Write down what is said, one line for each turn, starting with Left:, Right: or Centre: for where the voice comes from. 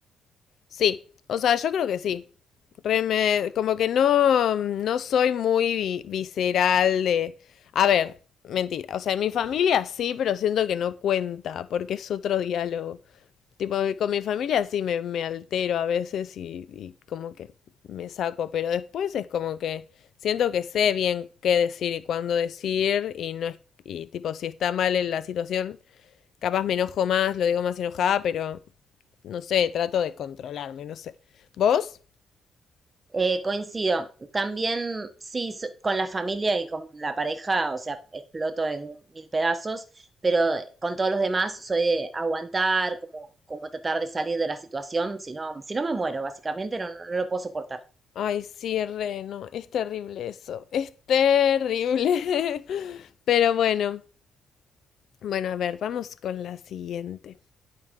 Left: Sí, o sea, yo creo que sí. Re me- como que no, mm, no soy muy vi- visceral de... A ver, mentira. O sea, en mi familia sí, pero siento que no cuenta, porque es otro diálogo. Tipo, con mi familia sí me, me altero a veces y, y como que me saco, pero después es como que siento que sé bien qué decir y cuándo decir y no es... Y tipo, si está mal en la situación, capaz me enojo más, lo digo más enojada, pero... No sé, trato de controlarme, no sé. ¿Vos?
Right: Eh, coincido. También, sí, so- con la familia y con la pareja, o sea, exploto en mil pedazos, pero con todos los demás soy de aguantar, como, como tratar de salir de la situación, si no, si no me muero, básicamente no, no no lo puedo soportar.
Left: Ay, sí, re, no, es terrible eso, es terrible. <laughs> Pero bueno, bueno, a ver, vamos con la siguiente.